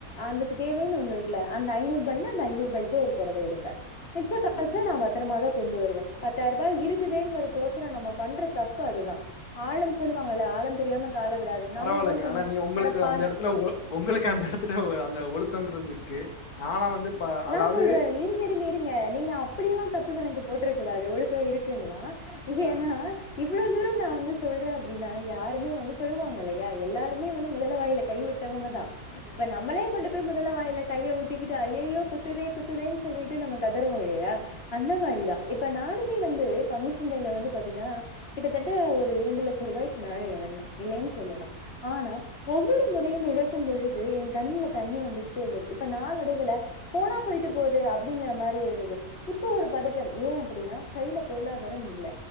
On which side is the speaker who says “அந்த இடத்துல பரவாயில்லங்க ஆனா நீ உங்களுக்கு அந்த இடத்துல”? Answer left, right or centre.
Left